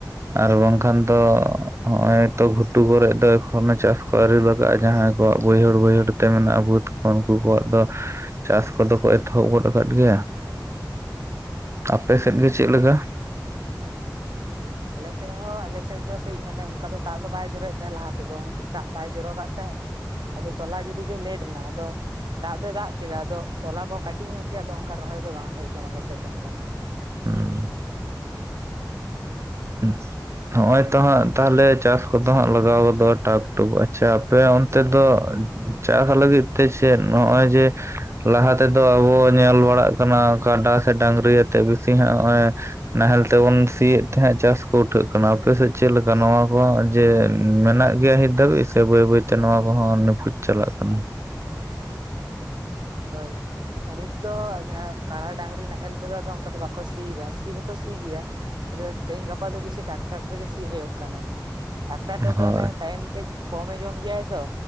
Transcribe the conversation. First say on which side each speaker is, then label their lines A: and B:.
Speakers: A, on the right; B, on the right.
A: ᱟᱨ ᱵᱟᱝᱠᱷᱟᱱ ᱫᱚ ᱦᱚᱜᱚᱭ ᱛᱚ ᱜᱷᱩᱴᱩ ᱠᱚᱨᱮ ᱫᱚ ᱮᱠᱷᱚᱱ ᱪᱟᱥᱼᱼ ᱠᱚ ᱟᱹᱣᱨᱤ ᱞᱟᱜᱼᱟ ᱡᱟᱦᱟᱸᱭ ᱠᱚᱣᱟᱜ ᱵᱟᱹᱭᱦᱟᱹᱲ ᱵᱟᱹᱭᱦᱟᱹᱲᱼᱼ ᱡᱮ ᱢᱮᱱᱟᱜᱼᱟ ᱵᱟᱹᱫ ᱠᱚ ᱩᱱᱠᱩ ᱠᱚᱣᱟᱜ ᱫᱚ ᱪᱟᱥ ᱠᱚᱫᱚ ᱠᱚ ᱮᱛᱚᱦᱚᱵ ᱜᱚᱫ ᱟᱠᱟᱫ ᱜᱮᱭᱟ᱾
B: <unintelligible>
A: ᱟᱯᱮ ᱥᱮᱫ ᱜᱮ ᱪᱮᱫ ᱞᱮᱠᱟ?
B: ᱟᱞᱮᱥᱮᱫ ᱦᱚᱸ ᱟᱞᱮᱥᱮᱫ ᱫᱚ ᱠᱟᱹᱡ ᱢᱟᱱᱮ ᱚᱱᱠᱟ ᱫᱚ ᱫᱟᱜ ᱫᱚ ᱵᱟᱭ ᱡᱚᱨᱚᱭᱮᱫ ᱛᱟᱦᱮᱸ ᱞᱟᱦᱟ ᱛᱮᱫᱚ, ᱫᱟᱜ ᱵᱟᱭ ᱡᱚᱨᱚᱟᱜ ᱛᱟᱦᱮᱸᱼᱼ ᱟᱫᱚ ᱛᱚᱞᱟ ᱜᱤᱰᱤ ᱜᱮ ᱞᱮᱴ ᱮᱱᱟ ᱟᱫᱚᱼᱼ ᱫᱟᱜ ᱫᱚᱭ ᱫᱟᱜ ᱠᱮᱫᱟ ᱟᱫᱚ ᱛᱚᱞᱟ ᱠᱚ ᱠᱟᱹᱴᱤᱡ ᱧᱚᱜ ᱜᱮᱭᱟ ᱟᱫᱚ ᱚᱱᱠᱟ ᱨᱚᱦᱚᱭ ᱫᱚ ᱵᱟᱝ ᱦᱩᱭ ᱟᱠᱟᱱᱟ ᱟᱞᱮᱥᱮᱫ ᱫᱚ ᱚᱱᱠᱟ᱾
A: ᱦᱩᱸ᱾ ᱦᱮᱸ᱾ <inaudible> ᱱᱚᱜᱼᱚᱭ ᱛᱚ ᱦᱟᱸᱜ ᱛᱟᱦᱚᱞᱮ ᱪᱟᱥ ᱠᱚᱫᱚ ᱦᱟᱸᱜ ᱞᱟᱜᱟᱣᱫᱚ ᱴᱟᱠ ᱴᱩᱠ ᱟᱪᱪᱷᱟ ᱟᱯᱮ ᱚᱱᱛᱮ ᱫᱚᱼᱼ ᱪᱟᱥ ᱞᱟᱹᱜᱤᱫ ᱛᱮ ᱪᱮᱫ ᱱᱚᱜᱼᱚᱭ ᱡᱮ, ᱼᱼ ᱞᱟᱦᱟ ᱛᱮᱫᱚ ᱟᱵᱚ ᱧᱮᱞ ᱵᱟᱲᱟᱜ ᱠᱟᱱᱟ, ᱠᱟᱰᱟ ᱥᱮ ᱰᱟᱝᱨᱤᱭᱟᱛᱮᱜ ᱵᱮᱥᱤ ᱦᱟᱸᱜ ᱱᱚᱜᱼᱚᱭᱼᱼ ᱱᱟᱦᱮᱞ ᱛᱮᱵᱚᱱ ᱥᱤᱭᱮᱫᱼᱼ ᱛᱮᱦᱟᱜ ᱪᱟᱥ ᱠᱚ ᱩᱴᱷᱟᱹᱜ ᱠᱟᱱᱟ ᱟᱯᱮᱥᱮᱫ ᱪᱮᱫ ᱞᱮᱠᱟ ᱱᱚᱣᱟ ᱠᱚᱦᱟᱜ ᱡᱮ ᱢᱮᱱᱟᱜ ᱜᱮᱭᱟ ᱦᱤᱛ ᱫᱷᱟᱹᱵᱤᱡ ᱥᱮ ᱵᱟᱹᱭ ᱵᱟᱹᱭᱛᱮᱼᱼ ᱱᱚᱣᱟ ᱠᱚᱦᱚᱸ ᱱᱤᱯᱷᱩᱡ ᱪᱟᱞᱟᱜ ᱠᱟᱱᱟ᱾
B: ᱦᱳᱭ᱾ ᱱᱤᱛ ᱫᱚ ᱡᱟᱦᱟᱸ ᱠᱟᱲᱟᱟ ᱰᱟᱝᱨᱤ ᱱᱟᱦᱮᱞ ᱛᱮᱫᱚ ᱚᱱᱠᱟ ᱫᱚ ᱵᱟᱠᱚ ᱥᱤᱫᱟ ᱥᱤ ᱫᱚᱠᱚ ᱥᱤ ᱜᱮᱭᱟ᱾ ᱟᱫᱚ ᱛᱮᱦᱤᱧ ᱜᱟᱯᱟ ᱫᱚ ᱵᱤᱥᱤ ᱴᱟᱠᱴᱟᱨ ᱛᱮᱜᱮ ᱥᱤ ᱦᱳᱭᱳᱜ ᱠᱟᱱᱟ ᱴᱟᱠᱴᱟᱨ ᱛᱮᱫᱚ
A: ᱦᱳᱭ
B: ᱚᱱᱮ ᱴᱟᱭᱤᱢ ᱠᱟᱹᱡᱼᱼ ᱠᱚᱢᱮ ᱡᱚᱢ ᱜᱮᱭᱟᱭ ᱛᱚ